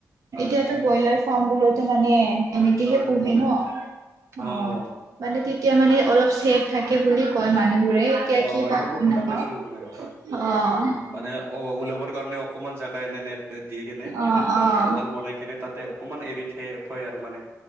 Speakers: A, on the right; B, on the right.
A: হয়
B: এতিয়াটো ব্ৰইলাৰ ফাৰ্ম বোৰতো মানে এনেকেহে
A: হয়।
B: পোঁহে ন'?
A: অ',
B: অঁ, মানে তেতিয়া মানে অলপ ছেভ থাকে বুলি কয় মানুহ বোৰে। এতিয়া
A: অ',
B: কি কৰে
A: সেনেকৈ
B: গম
A: শুনা
B: নাপাওঁ,
A: পাইছো মইও হয়।
B: অঁ।
A: মানে অ, ওলাবৰ কাৰণে অকমান জোগা এনে নেট-টেদ দি কেনে,
B: অ', অ',
A: চোতাল বনাই কেনে তাতে অক অকমান এৰি থে থয় আৰু মানে